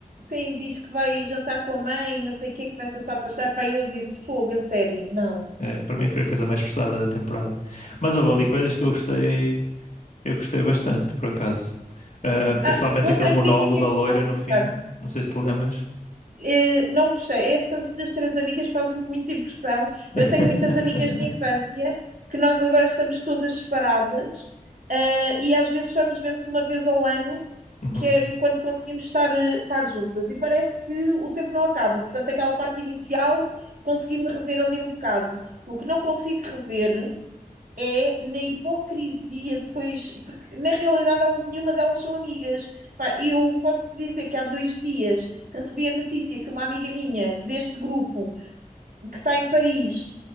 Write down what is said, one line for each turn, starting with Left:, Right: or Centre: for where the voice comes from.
Right: sim, diz que vai jantar com a mãe, não sei o quê, começa-se a afastar. Pá, eu disse, fogo, a sério, não
Left: É, para mim foi a coisa mais forçada da temporada. Mas houve ali coisas que eu gostei, eu gostei bastante, por acaso. Ah,
Right: Ah,
Left: principalmente
Right: outra
Left: aquele monólogo
Right: crítica
Left: da
Right: que
Left: loira
Right: faço,
Left: no
Right: Ricardo,
Left: fim. Não sei se te lembras.
Right: eh, não gostei. Essas das três amigas fazem-me muita impressão.
Left: <laughs>
Right: Eu tenho muitas amigas de infância que nós agora estamos todas separadas, eh, e às vezes só nos vemos uma vez ao ano,
Left: Uhum,
Right: que é quando conseguimos estar, eh, estar juntas. E parece que o tempo não acaba. Portanto, aquela parte inicial consegui-me rever ali um bocado. O que não consigo rever é na hipocrisia depois, porque na realidade elas, nenhuma delas são amigas. Pá, eu posso te dizer que há dois dias recebi a notícia que uma amiga minha deste grupo, que está em Paris,